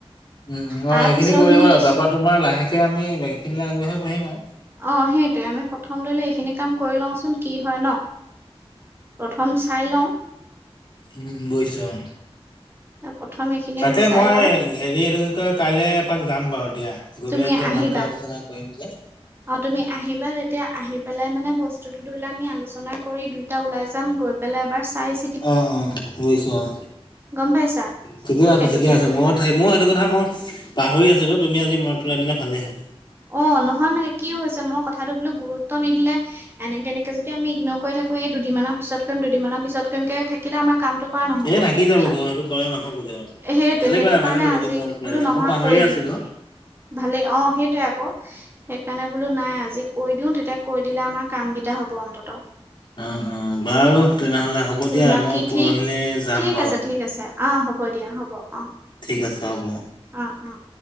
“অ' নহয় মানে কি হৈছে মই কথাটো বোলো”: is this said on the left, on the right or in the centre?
Right